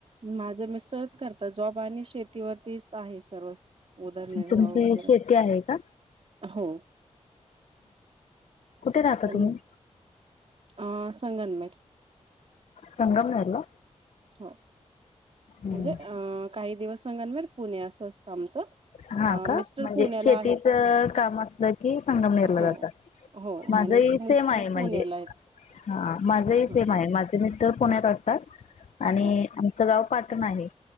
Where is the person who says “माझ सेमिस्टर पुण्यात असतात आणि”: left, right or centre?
Left